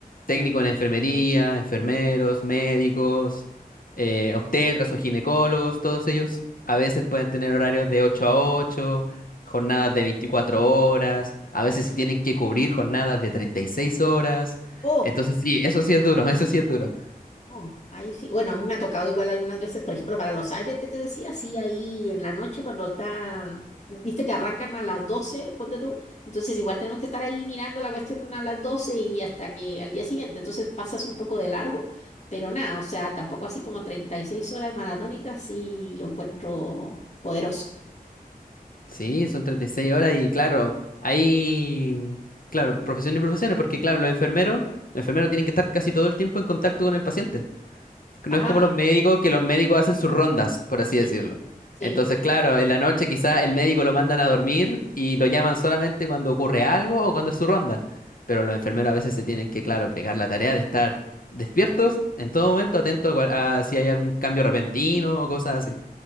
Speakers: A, on the left; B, on the left.
A: técnico en enfermería, enfermeros, médicos, eh, obstetras o ginecólogos, todos ellos a veces pueden tener horarios de ocho a ocho jornadas de 24 horas, a veces si tienen que cubrir jornadas de 36 horas.
B: Oh,
A: Entonces sí, eso sí es duro, <laughs> eso sí es duro.
B: No, ahí sí. Bueno, a mí me ha tocado igual algunas veces, por ejemplo, para los cyber que te decía, sí, ahí en la noche cuando están, viste que arrancan a las doce ponte tú, entonces igual tenemos que estar ahí mirando la cuestión a las 12 y hasta que al día siguiente, entonces pasas un poco de largo, pero nada, o sea, tampoco así como 36 horas maratónicas, sí lo encuentro poderoso.
A: Sí, son 36 horas y claro, hay, claro, profesiones y profesiones, porque claro, los enfermeros, los enfermeros tienen que estar casi todo el tiempo en contacto con el paciente. No
B: Ah,
A: es como los médicos, que los médicos hacen sus rondas, por así decirlo.
B: sí,
A: Entonces,
B: sí,
A: claro, en la noche quizá el médico lo mandan a dormir y lo llaman solamente cuando ocurre algo o cuando es su ronda. Pero los enfermeros a veces se tienen que, claro, pegar la tarea de estar despiertos en todo momento, atentos a, cual- a si hay algún cambio repentino o cosas así.